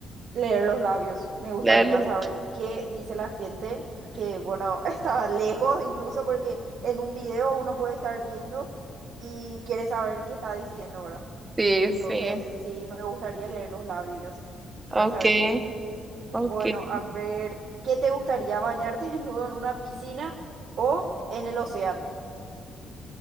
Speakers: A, on the right (about 65°); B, on the right (about 20°).
A: Leer los labios. Me gustaría
B: Leerlo. ¿no?
A: saber qué dice la gente, que bueno, <laughs> está lejos incluso porque en un video uno puede estar viendo y quiere saber qué está diciendo, ¿verdad?
B: Sí,
A: Entonces,
B: sí.
A: sí, me gustaría leer los labios
B: Ok,
A: para saber qué dicen.
B: ok.
A: Bueno, a ver, ¿qué te gustaría bañarte <laughs> desnudo en una piscina o en el océano?